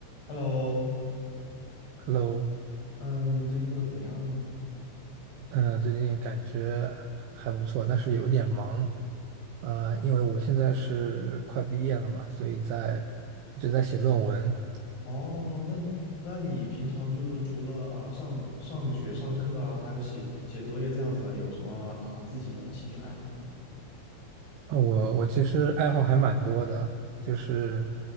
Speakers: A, on the left (about 85°); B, on the right (about 85°).
A: Hello，
B: Hello，
A: 嗯，最近过得怎么样？
B: 嗯、呃最近感觉还不错，但是有点忙啊、
A: 哦，
B: 呃因为我现在是快毕业了嘛，所以在一直在写论文。
A: 哦，那你那你平常就是除了啊、上上学上课啊，还有写写作业这样子的，有什么啊、自己的兴趣爱好吗？
B: 呃我我其实爱好还蛮多的，就是